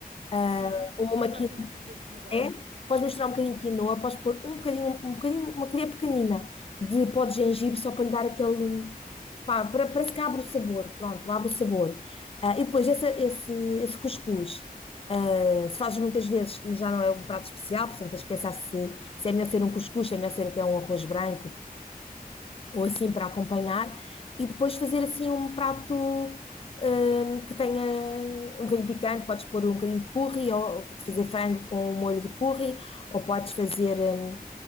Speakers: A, on the left; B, on the right.
A: ah,
B: Sim,
A: ou uma
B: eu faço
A: quinoa,
B: imensas vezes e adoro.
A: é? Podes misturar um bocadinho
B: Sim.
A: de quinoa, podes pôr um bocadinho, um bocadinho, uma colher pequenina de pó de gengibre só para lhe dar aquele. Pá, para- parece que abre o sabor, pronto, abre o sabor. Ah, e depois esse, esse, esse cuscuz, ah, se fazes muitas vezes, já não é um prato especial, portanto tens que pensar se, se é melhor ser um cuscuz, se é melhor ser até um arroz branco, ou assim para acompanhar, e depois fazer assim um prato hum, que tenha um bocadinho picante, podes pôr um bocadinho de curry, ou fazer frango com um molho de curry, ou podes fazer, hum,